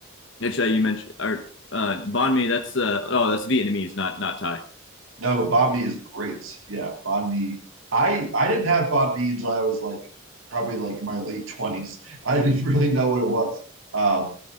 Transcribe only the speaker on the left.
actually you mentioned or uh banh mi that's uh oh that's Vietnamese not not Thai.